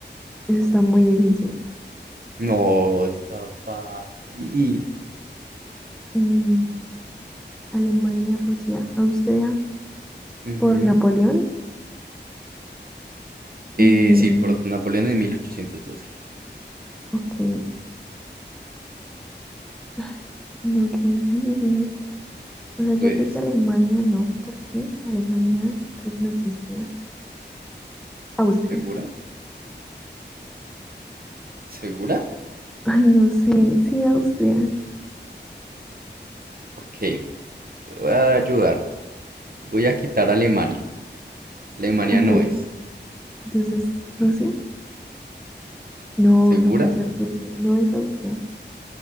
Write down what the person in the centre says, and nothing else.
Eso está muy difícil.
Mm, Alemania, Rusia, Austria
por Napoleón.
Eh,
ok. Ay, no, qué difícil. O
sea,
yo creo que Alemania no, porque Alemania creo que no existía. Austria.
<laughs> Ay, no sé. Sí, Austria.
Entonces,
entonces Rusia. No,
no puede ser Rusia. No es Austria.